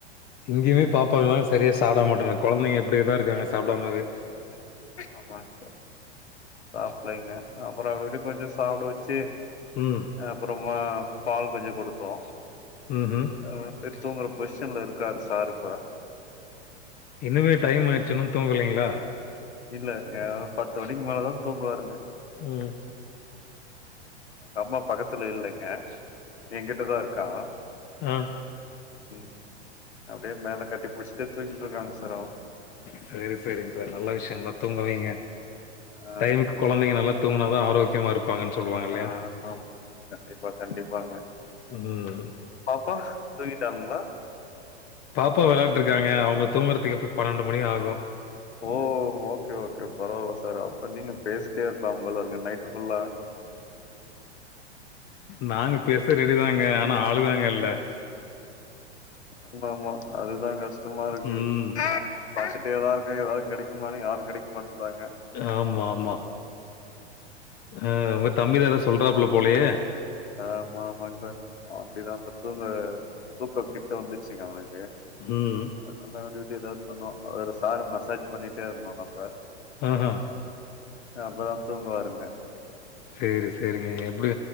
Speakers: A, on the left (about 25°); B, on the left (about 70°).
A: இங்கேயுமே பாப்பாங்களா செரியா சாப்ட மாட்ராங்க கொழந்தைங்க இப்டியேதா இருக்காங்க சாப்டாமவே
B: ஆமாங்க சாப்லங்க அப்புறோ அப்டி இப்டி கொஞ்சோ சாப்புட வெச்சு
A: ம்
B: அப்புறமா பால் கொஞ்சோ குடுத்தோ
A: ம் ம்
B: ஆ சரி தூங்கர பொஸிஷன்ல இருக்காரு சார் இப்ப
A: இன்னுமே டைம் ஆய்ச்சு இன்னு தூங்கலைங்களா
B: இல்லங்க பத்து மணிக்கு மேலதா தூங்குவாருங்க
A: ம்
B: அம்மா பக்கத்துல இல்லைங்க எகிட்டதா இருக்கா
A: ஆ
B: ம் அப்டியே மேல கட்டி புடிஸ்ட்டு தூங்கிட்டு இருக்காங்க சார் அவ
A: சரி சரிங்க சார் நல்ல விஷிய தா தூங்க வைங்க
B: ஆ
A: டைமுக்கு கொழந்தைங்களா நல்லா தூங்க னாதா ஆரோக்கியமா இருப்பாங்கன்னு சொல்லுவாங்க இல்லயா
B: ஆ ஆமா ஆமா கண்டிப்பா கண்டிப்பாங்க
A: ம்.
B: பாப்பா தூங்கிட்டாங்களா
A: பாப்பா வெளயாண்ட்டுருக்காங்க அவங்க தூங்குரதுக்கு எப்பயு பன்னெண்டு மணி ஆகு
B: ஓ ஓகே ஓகே பரவால சார் அப்ப நீங்க பேசிட்டே இருக்கலா போல இருக்கு நைட்டு ஃபுல்லா
A: நாங்க பேச ரெடிதாங்க ஆனா ஆளுதாங்க இல்ல
B: ஆமா ஆமா அதுதா கஷ்டமா இருக்கு
A: ம்.
B: பாத்துட்டே தா இருக்கே யராது கெடைக்குமான்னு யாரு கெடைக்க மாட்டேன்ராங்க
A: ஆமா ஆமா ஹா
B: ம்.
A: உங்க தம்பிதா ஏதோ சொல்றாப்புல போலையே
B: ஆமா ஆமாங்க சா அப்டிதா இப்ப தூங்க தூக்கொ கிட்ட வந்துச்சுங்க அவனுக்கு
A: ஹ்ம்
B: நம்ம அப்டி இப்டி ஏதாவது பண்ணுவா அவர் சார் மசாஜ் பண்ணிட்டே இருக்கணு நம்ப
A: ஹ ஹா
B: அப்பதா தூங்கு வாருங்க
A: சேரி சேரிங்க எப்டி